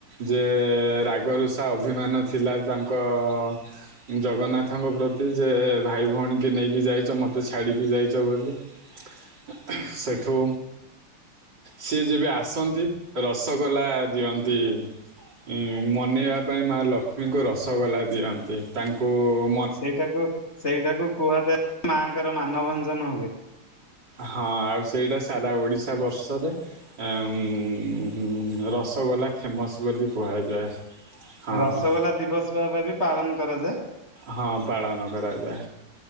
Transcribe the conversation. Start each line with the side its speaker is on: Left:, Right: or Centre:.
Right: ଯେ ଏ ଏ ରାଗ ରୁଷା ଅଭିମାନ ଥିଲା ତାଙ୍କ ଅ ଅ ଜଗନ୍ନାଥଙ୍କ ପ୍ରତି ଯେ ଏ ଏ ଭାଇ ଭଉଣୀ କି ନେଇକି ଯାଇଚ ମତେ ଛାଡ଼ିକି ଯାଇଚ ବୋଲି।
Left: ହ
Right: ଅ ହଁ ସେଠୁ ସିଏ ଯେବେ ଆସନ୍ତି ରସଗୋଲା ଦିଅନ୍ତି ଇଁ ମନେଇବା ପାଇଁ ମା ଲକ୍ଷ୍ମୀଙ୍କୁ ରସଗୋଲା ଦିଅନ୍ତି ତାଙ୍କୁ ଉ ଉ ଉ
Left: ସେଇଟାକୁ ସେଇଟାକୁ କୁହାଯାଏ ମାଆଙ୍କର ମାନଭଞ୍ଜନ ହୁଏ।
Right: ହଁ ଆଉ ସେଇଟା ସାରା ଓଡ଼ିଶା ବର୍ଷରେ ଏଁ ଉଁ ଉଁ ଉଁ ଉଁ ରସଗୋଲା ଫେମସ୍ ବୋଲି କୁହାଯାଏ। ହଁ
Left: ରସଗୋଲା
Right: ହଁ
Left: ଦିବସ ଭାବେ ବି ପାଳନ କରାଯାଏ।
Right: ହଁ ପାଳନ କରାଯାଏ।